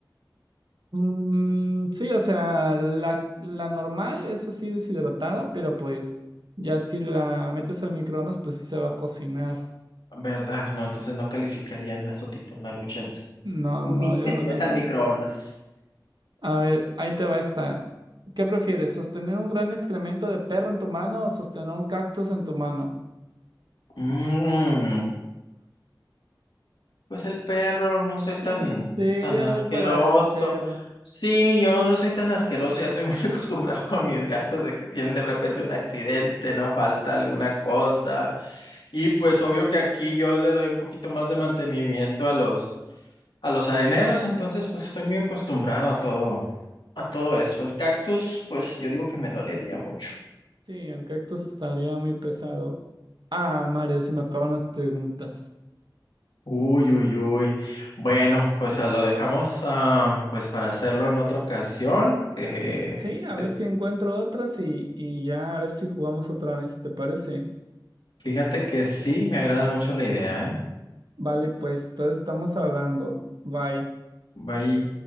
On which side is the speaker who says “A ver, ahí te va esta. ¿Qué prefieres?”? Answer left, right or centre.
Right